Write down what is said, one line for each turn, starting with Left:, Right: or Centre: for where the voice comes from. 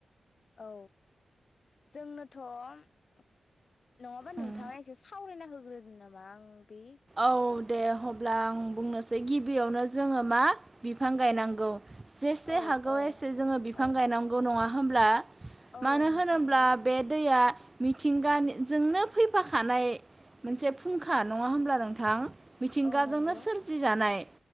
Left: औ जोंनोथ' नङाबा नोंथाङा
Right: उम
Left: एसे सावरायना हो <unintelligible> नामा आं बे
Right: औ दे हब्ला आं बुंनोसै गिबियावनो जोङो मा बिफां गायनांगौ जेसे
Left: औ
Right: हागौ
Left: औ
Right: एसे जोङो बिफां
Left: औ
Right: गायनांगौ नङा होमब्ला
Left: औ
Right: मानो
Left: नोंथां
Right: होनोब्ला
Left: नंगौ
Right: बे दैया मिथिंगानिजोंनो फैफाखानाय मोनसे फुंखा नङा होमब्ला नों थां मिथिंगाजोंनो
Left: औ नंगौ
Right: सोरजिजानाय